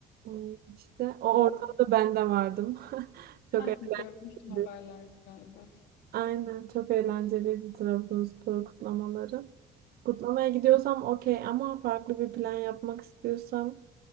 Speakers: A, on the right; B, on the left.
A: Hmm, İşte o
B: Evet.
A: ortamda ben de vardım. <laughs> Çok
B: Heh, Görmüştüm
A: eğlenceliydi.
B: haberlerde galiba.
A: Aynen çok eğlenceliydi Trabzonspor kutlamaları. Kutlamaya gidiyorsam okey ama farklı bir plan yapmak istiyorsam